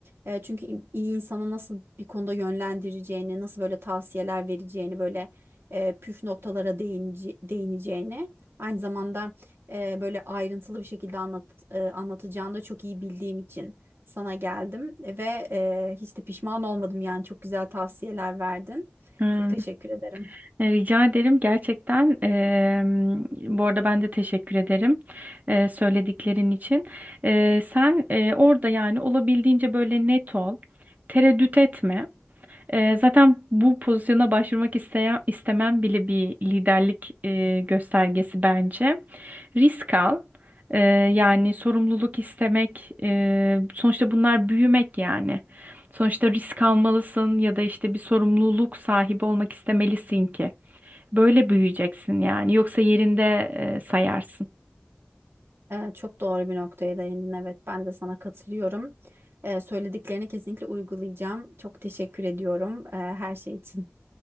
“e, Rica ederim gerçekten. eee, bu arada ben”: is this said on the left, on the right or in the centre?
Right